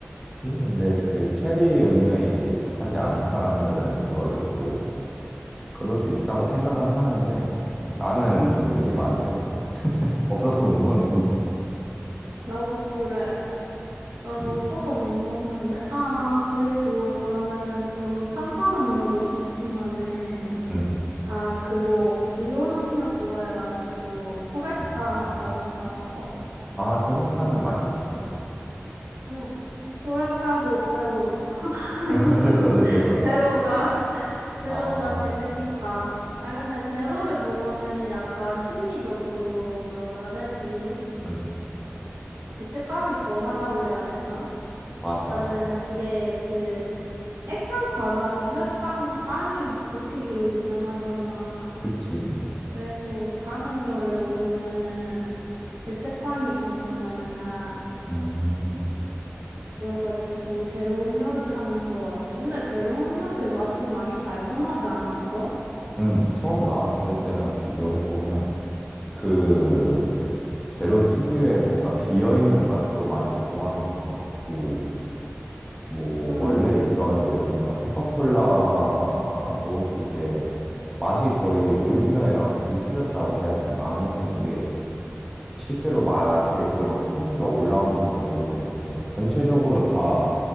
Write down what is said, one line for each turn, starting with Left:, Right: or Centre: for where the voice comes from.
Centre: 그치? 근데 그 체리 음료에 이제 익숙하지 않은 사람들은 그거를 또 그럴 수 있다고 생각은 하는데, 음, 나는
Right: 응,
Centre: 좀 이해가 안 되거든. <laughs> 없어서 못 먹는데.
Right: 나도 그래.
Centre: 그치.
Right: 나도 없어서 못 먹는데. 아, 나 그리고 나는 그런 탄산음료도 좋지만은
Centre: 음,
Right: 아, 그거 이온 음료 좋아해가지고 토레타
Centre: 음.
Right: 자주 사 먹어.
Centre: 아, 토레타는 맛있지.
Right: 응. 도라타도 제로로. <laughs>
Centre: 아,
Right: 요즘은
Centre: <laughs> 토레타도
Right: <laughs>
Centre: 제로로.
Right: 제로가, <laughs> 제로가
Centre: 아,
Right: 대세니까. 아, 근데 제로를 먹으면은 약간 심리적으로 뭐라고 해야 되지?
Centre: 음,
Right: 죄책감이 덜 하다고 해야 되나?
Centre: 맞아.
Right: 나는 이게 그 액상 가당이 혈당 빨리 높이기로 유명하잖아.
Centre: 그치.
Right: 그래서 단 음료를 먹으면은 죄책감이 든단 말이야.
Centre: 음,
Right: 그래가지고 제로 음료를 찾는 것 같아. 근데 제로 음료들 맛이 많이 발전하지 않았어?
Centre: 음, 처음 나왔을 때랑 비교해보면, 그, 제로 특유의 뭔가 비어있는 맛도 많이 보완이 된 것 같고, 뭐,
Right: 응,
Centre: 원래 있던 예를 들면 코카콜라도 이제 맛이 거의 오리지널이랑 비슷해졌다고 해야 되나? 아니면 이게 실제로 맛의 그런 풍미가 올라온 건지 모르겠는데, 전체적으로 다